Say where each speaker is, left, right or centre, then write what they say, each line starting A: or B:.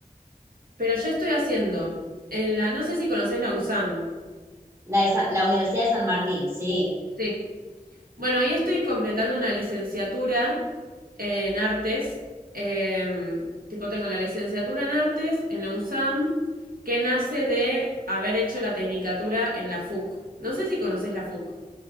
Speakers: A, on the right (about 75°); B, on the right (about 20°).
A: Pero yo estoy haciendo, en la, no sé si conoces la UNSAM.
B: La de San- la Universidad de San Martín, sí.
A: Sí. Bueno, ahí estoy completando una licenciatura en artes. em, tipo, tengo la licenciatura en artes en la UNSAM, que nace de haber hecho la tecnicatura en la FUC. No sé si conoces la FUC.